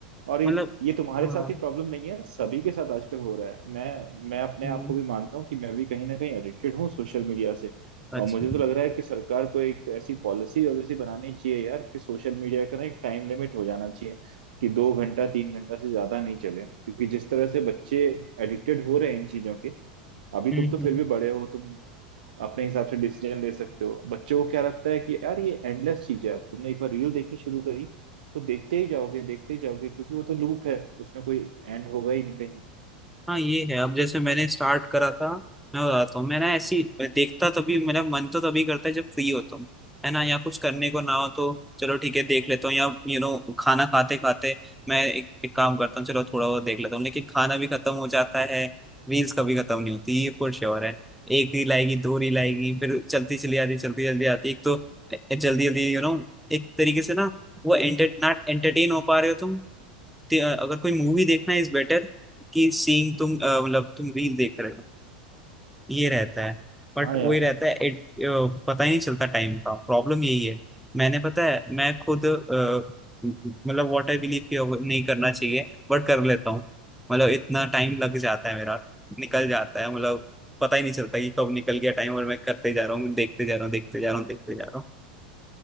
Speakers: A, on the right; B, in the centre.
A: और ये
B: मतलब
A: ये तुम्हारे
B: हाँ
A: साथ ही प्रॉब्लम नहीं है सभी के साथ आजकल हो रहा है मैं मैं अपने
B: हम्म,
A: आप को भी मानता हूँ कि मैं भी कहीं ना कहीं एडिक्टेड हूँ सोशल मीडिया से
B: सच
A: और मुझे
B: में।
A: तो लग रहा है कि सरकार को एक ऐसी पॉलिसी वॉलिसी बनानी चाहिए यार कि सोशल मीडिया का ना एक टाइम लिमिट हो जाना चाहिए कि दो घंटा तीन घंटा से ज्यादा नहीं चले क्योंकि जिस तरह से बच्चे एडिक्टेड हो रहे हैं इन चीजों के अभी
B: हम्म
A: तुम तो फिर
B: हम्म।
A: भी बड़े हो तुम अपने हिसाब से डिसीजन ले सकते हो बच्चों को क्या लगता है कि यार ये एंडलेस चीज है अब तुमने एक बार रील देखनी शुरू करी तो देखते ही जाओगे देखते ही जाओगे क्योंकि वो तो लूप है उसमें कोई एंड होगा ही नहीं कहीं
B: हाँ ये है अब जैसे मैंने स्टार्ट करा था मैं बताता हूँ मैंने ऐसी देखता तभी मेरा मन तो तभी करता है जब फ्री होता हूँ है ना या कुछ करने को ना हो तो चलो ठीक है देख लेता हूँ या यू नो खाना खाते खाते मैं एक, एक काम करता हूँ चलो थोड़ा वो देख लेता हूँ लेकिन खाना भी खत्म हो जाता है रील्स कभी खत्म नहीं होती ये फॉर श्योर है एक रील आएगी दो रील आएगी फिर चलती चली आती चलती चली आती एक तो जल्दी जल्दी यू नो एक तरीके से ना वो एंटर, ना एंटरटेन हो पा रहे हो तुम ते- अगर कोई मूवी देखना इज बेटर कि सीइंग तुम अ, मतलब तुम रील देख रहे हो ये रहता है बट
A: हाँ यार
B: वही रहता है it, अ, पता ही नहीं चलता टाइम का प्रॉब्लम यही है मैंने पता है मैं खुद अ, मतलब व्हाट आई बिलीव कि अब नहीं करना चाहिए बट कर लेता हूँ मतलब इतना टाइम लग जाता है मेरा निकल जाता है मतलब पता ही नहीं चलता कि कब निकल गया टाइम और मैं करते जा रहा हूँ देखते जा रहा हूँ देखते जा रहा हूँ देखते जा रहा हूँ